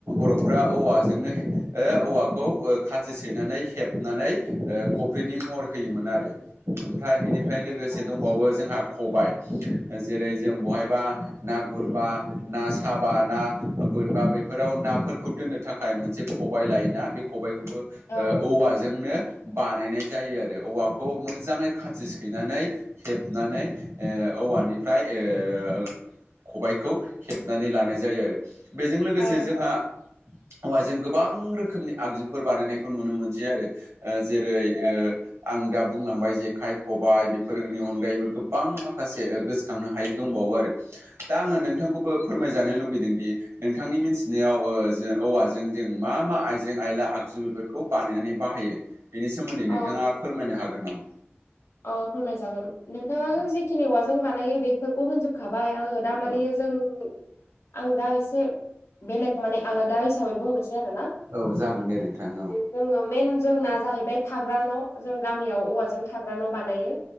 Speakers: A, on the right; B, on the left.
A: बर'फ्रा औवाजोंनो हे ओ औवाखौ ओ खाथि सैनानै हेबनानै ओ फख्रिनि महर होयोमोन आरो। ओमफ्राय बेनिफ्राय लोगोसे
B: औ
A: दंबावो जोंहा खबाय ओ जेरै जों बहायबा ना गुरबा ना साबा ना बोनबा बै फोराव नाफोरखौ दोननो थाखाय मोनसे खबाय लायोना। बे खबायखौबो
B: औ
A: ओ औवाजोंनो बानायनाय जायो आरो। औवाखौ मोजाङै खाथि सैनानै हेबनानै ओ औवानिफ्राय ओ खबायखौ हेबनानै लानाय जायो आरो। बेजों लोगोसे
B: औ
A: जोंहा औवाजों गोबां रोखोमनि आगजुफोर बानायनायखौ नुनो मोनसै आरो ओ जेरै ओ आं दा बुंलांबाय जेखाय खबबाय बेफोरनि अनगायैबो गोबां माखासे गोसोखांनो हायि दंबावो आरो दा आङो नोंथांखौबो फोरमायजानो लुुबैदों दि नोंथांनि मोन नियाव ओ जों औवाजों जों मा मा आइजें आइला आगजु बेफोरखौ बानायनानै बाहायो। बेनि सोमोन्दै
B: औ
A: नोंथाङा फोरमायनो हागोन नामा?
B: औ फोरमाय जागोन। नोंथाङा
A: औ
B: जिखिनि औवाजों बानायो बेफोरखौ होनजोब खाबाय आङो दामाने
A: औ
B: जों आं दा एसे बेलेग माने आलादा हिसाबै बुंनोसै आरो ना
A: औ जागोन दे नोंथां औ
B: जोङो मेन जोंना जाहैबाय थाग्रा न' जों गामियाव औवाजों थाग्रा न' बानायो।